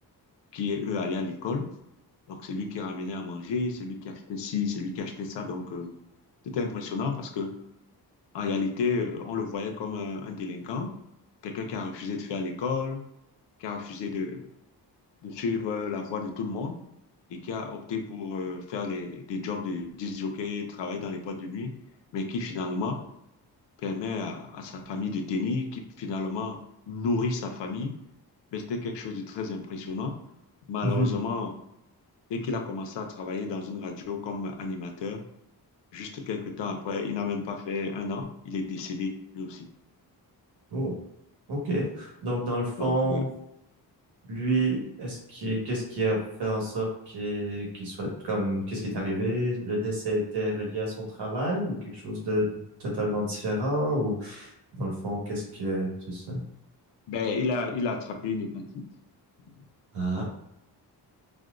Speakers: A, on the left; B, on the right.
A: qui, eux, allaient à l'école. Donc, c'est lui qui ramenait à manger, c'est lui qui achetait ci, c'est lui qui achetait ça. Donc, euh, c'était impressionnant parce que en réalité, euh, on le voyait comme un, un délinquant, quelqu'un qui a refusé de faire l'école, qui a refusé de, de suivre euh, la voie de tout le monde et qui a opté pour euh, faire les, des jobs de disjockey, travailler dans les boîtes de nuit, mais qui finalement permet à, à sa famille de tenir, qui finalement nourrit sa famille. Mais c'était quelque chose de très impressionnant. Malheureusement,
B: Mhm.
A: Dès qu'il a commencé à travailler dans une radio comme animateur, juste quelques temps après, il n'a même pas fait un an, il est décédé lui aussi.
B: Oh, OK. Donc, dans le fond,
A: Donc, euh,
B: Lui, est-ce qu'il, qu'est-ce qui a fait en sorte qu'il qu'il soit comme, qu'est-ce qui est arrivé? Le décès était relié à son travail ou quelque chose de totalement différent ou dans le fond, qu'est-ce que, c'est ça?
A: ben, il a, il a attrapé une hépatite, euh,
B: Ah,